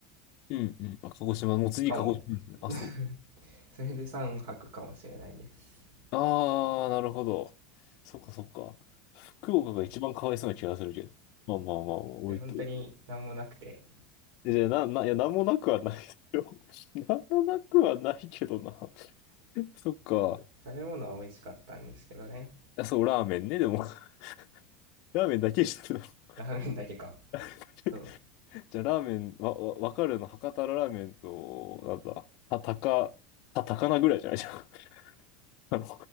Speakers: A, on the left; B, on the right.
A: うんうん。あ、鹿児島、もう次鹿児島ですね。
B: かも。<laughs>
A: あ、そう。
B: それで3泊かもしれないです。
A: ああ、なるほど。そっかそっか。福岡が一番かわいそうな気がするけど。
B: うん
A: まあまあまあ、置いと
B: いや、本当に何もなくて、
A: いや、な、な、いや、なんもなくはないですよ。<laughs> なんもなくはないけどな。<laughs> そっか。
B: うん、
A: あ
B: 食べ物は美味しかったんですけどね。
A: そう、ラーメンね、でも。<laughs> ラーメンだけしてたんだ
B: ラーメンだけか。
A: ね。<laughs>
B: そう。
A: じゃあ、ラーメン、わ、わわかるの、博多ラーメンと、なんだ、た、たか、た、高菜ぐらいじゃないじゃん。<laughs> あの、